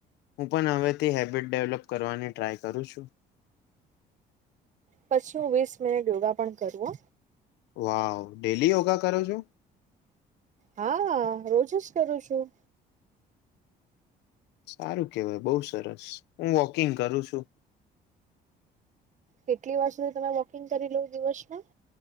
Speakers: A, on the left; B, on the right.
A: હું પણ હવેથી હેબિટ ડેવલપ કરવાની ટ્રાય કરું છું.
B: પછી હું વીસ મિનિટ યોગા પણ કરું હો.
A: વાઉ! ડેલી યોગા કરો છો?
B: હા હા રોજ જ કરું છું.
A: સારું કેવાય બઉ સરસ હું વોકિંગ કરું છું.
B: કેટલી વાર સુધી તમે વોકિંગ કરી લો દિવસમાં.